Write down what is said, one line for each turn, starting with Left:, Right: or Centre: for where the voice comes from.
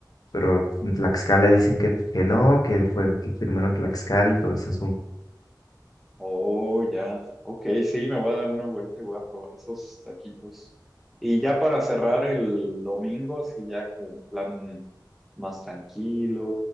Left: pero en Tlaxcala dicen que, que no, que fue primero en Tlaxcala y todo eso.
Centre: Oh, ya. Ok, sí, me voy a dar una vuelta y voy a probar esos taquitos. Y ya para cerrar el domingo, así ya con un plan más tranquilo,